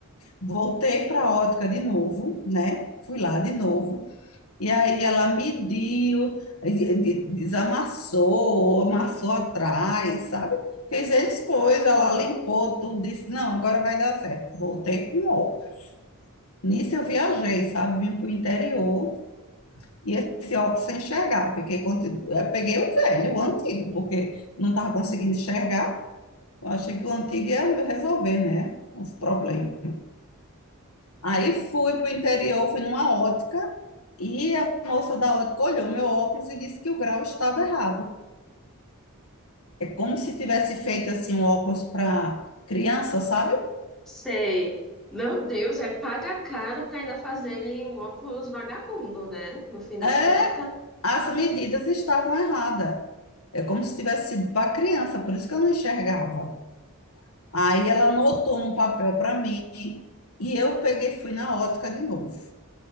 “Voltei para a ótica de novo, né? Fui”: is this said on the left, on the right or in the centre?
Left